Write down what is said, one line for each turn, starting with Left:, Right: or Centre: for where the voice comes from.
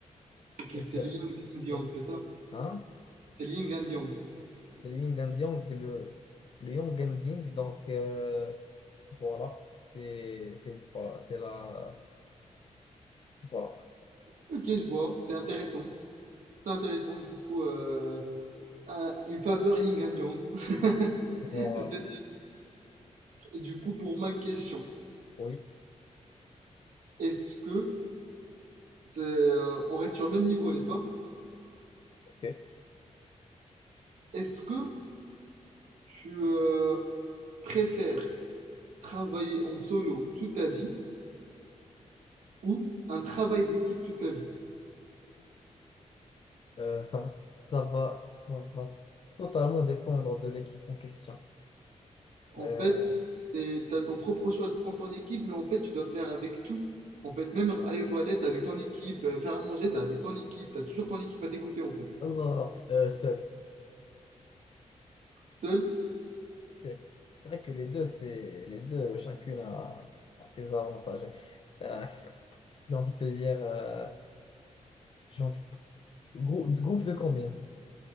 Right: ok,
Left: Et
Right: c'est
Left: c'est
Right: le
Left: le-
Right: Yang and Yang,
Left: et c'est
Right: c'est ça?
Left: hein?
Right: C'est le Yin and Yang.
Left: C'est le yin and yang, le, le yang and yang. Donc euh, voilà, c'est c'est voilà, c'est la voilà,
Right: Ok, je vois, c'est intéressant. C'est intéressant, du coup, euh, un- une faveur Yin and Yang. <laughs>
Left: voilà.
Right: C'est spécial. Et du coup, pour ma question,
Left: Oui,
Right: est-ce que, c'est, euh, on reste sur le même niveau, n'est-ce pas?
Left: ok.
Right: Est-ce que tu euh, préfères travailler en solo toute ta vie ou un travail d'équipe toute ta vie?
Left: Euh, ça va, ça va, ça va totalement dépendre de l'équipe en question.
Right: En
Left: Euh,
Right: fait, c'est, t'as ton propre choix de prendre ton équipe, mais en fait, tu dois faire avec tout. En fait, même aller aux toilettes, c'est avec ton équipe. euh, Faire à manger, c'est avec ton équipe. T'as toujours ton équipe à tes côtés, en fait.
Left: oh, euh, seul.
Right: Seul,
Left: C'est c'est vrai que les deux, c'est les deux, chacune a, a ses avantages. Euh, c'est- j'ai envie de te dire, euh, j'ai envie- grou- groupe de combien?